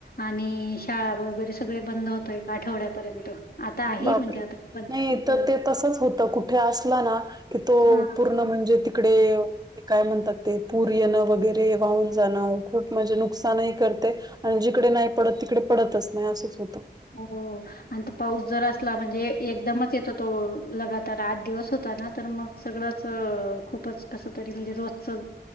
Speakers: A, on the left (about 55°); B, on the right (about 20°).
A: आणि शाळा वगैरे सगळे बंद होत एक आठवड्यापर्यंत. आता आहे
B: बापरे
A: म्हणजे आता बंदच
B: नाही
A: आहे
B: तर
A: हो
B: ते तसंच होतं कुठे असला ना, की तो
A: हां
B: पूर्ण म्हणजे तिकडे ते काय म्हणतात ते पूर येणं वगैरे वाहून जाणं, खूप म्हणजे नुकसानही करतंय. आणि जिकडे नाही पडत तिकडे पडतच नाही असंच होतं.
A: हो. आणि तो पाऊस जर असला म्हणजे एकदमच येतो तो लगातार आठ दिवस होता ना, तर मग सगळंच खूपच कसं तरी म्हणजे रोजचं